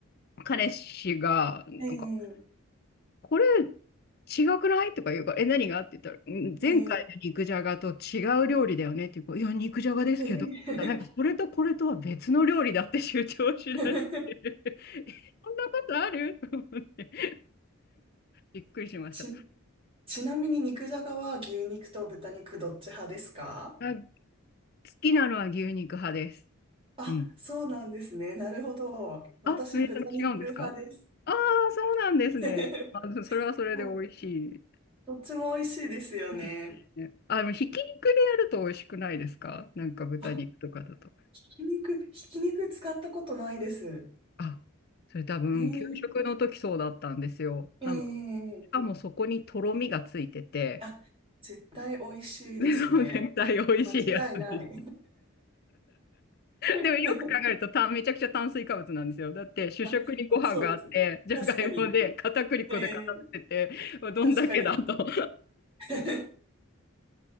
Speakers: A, on the left; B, on the right.
A: 彼氏が、なんか
B: えええ
A: これ違くないとか言うから、え、何がって言ったら、うん前回の肉じゃがと違う料理だよねって言うから、
B: ええ
A: いや、肉じゃがですけど、
B: ええ
A: なんかそれとこれとは別の料理だって主張しだしてる。
B: <laughs>
A: <laughs> えそんなことあると思ってびっくりしました。
B: ち、ちなみに肉じゃがは牛肉と豚肉どっち派ですか
A: あ、好きなのは牛肉派です。
B: あ、
A: うん。
B: そうなんですね。なるほど。私、
A: あ、それ違うんですか
B: 豚肉派です。
A: ああー、そうなんですね。
B: <laughs>
A: あの、それはそれで美味しい
B: そうどっちも美味しいですよね。
A: ですよね。あの、でもひき肉でやると美味しくないですかなんか豚肉とかだと。
B: あ、ひき肉、ひき肉使ったことないです。
A: あ、それ多分、
B: えー、
A: 給食の時そうだったんですよ。
B: えー、
A: なんか、しかもそこにとろみがついてて、
B: あ、絶対美味しいですね。
A: で、その全体美味しいやつです。
B: 間違いない。<laughs>
A: でもよく考えるとた、めちゃくちゃ炭水化物なんですよ。だって、主食にご飯があって、
B: あ、そうですね。
A: じゃがいもで、
B: 確かに。
A: 片栗粉で固めてて、
B: えー、
A: どんだけだと。
B: 確かに。<laughs>